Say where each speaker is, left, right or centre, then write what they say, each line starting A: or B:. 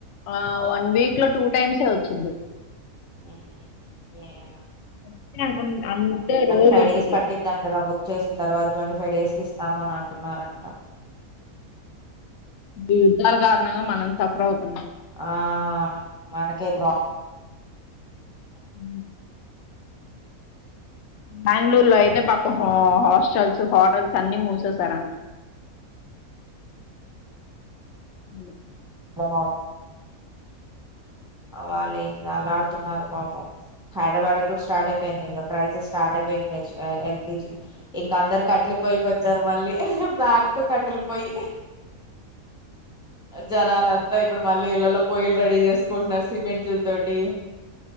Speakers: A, on the left (about 65°); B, in the centre.
A: ఆ వన్ వీక్ లో టూ టైమ్సే వచ్చిద్ధి
B: హుమ్ ఏమో
A: అంతే అనుకుంట అంటే రోజు
B: ఫైవ్
A: వచ్చిద్ది
B: డేస్ పట్టిద్దంటగా బుక్ చేసిన తర్వాత ట్వంటీ ఫైవ్ డేస్ కి ఇస్తాము అని అంటున్నారంట
A: ఈ యుద్ధాల్ కారణంగా మనం సఫర్ అవుతున్నాం
B: ఆ మనకే ప్రోబ్
A: హుమ్ బెంగ్ళూరులో అయితే పాపం హాస్టల్స్ హోటల్స్ అన్ని మూసేసారంట హలొ
B: <inaudible> అ వాళ్ళేంద అల్లాడుతున్నారో పాపం హైద్రబాడ్కి కూడ స్టార్ట్ అయిపోయింది ఇంకా క్రైసిస్ స్టార్ట్ అయిపోయింది ఇంక హెచ్ ఆ యల్పీజి ఇంక అందరు కట్టెలపొయ్యిలకి వచ్చారు మళ్ళీ బ్యాక్ టు కట్టెలపొయ్యి జనాలంత ఇప్పుడు మళ్ళీ ఇళ్లలో పొయ్యిలు రెడీ చేసుకుంటున్నారు సిమెంటుల్ తోటి